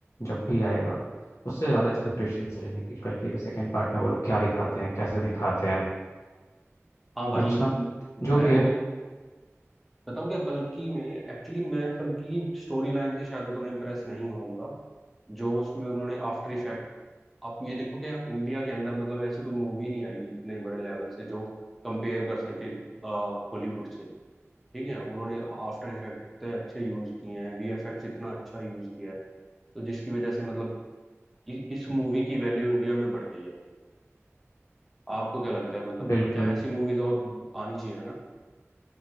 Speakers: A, on the left; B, in the centre.
A: जब भी आएगा उससे ज़्यादा एक्सपेक्टेशंस रहेंगी कि कल की के सेकंड पार्ट में वो लोग क्या दिखाते हैं कैसे दिखाते हैं
B: हाँ भाई
A: अच्छा
B: मैं
A: जो भी है
B: वो बताऊं क्या कल्कि में एक्चुअली मैं कल्कि की स्टोरी लाइन से शायद उतना इम्प्रेस नहीं होऊंगा जो उसमें उन्होंने आफ्टर इफेक्ट आप ये देखो कि इंडिया के अंदर मतलब ऐसी कोई मूवी नहीं आई इतने बड़े लेवल से जो कंपेयर कर सके हॉलीवुड से ठीक है उन्होंने आफ्टर इफेक्ट इतने अच्छे यूज किए हैं वीएफएक्स इतना अच्छा यूज किया है तो जिसकी वजह से मतलब इ, इस मूवी की वैल्यू इंडिया में बढ़ गई है भाई आपको क्या लगता है मतलब
A: बिल्कुल
B: क्या ऐसी मूवीज और आनी चाहिए ना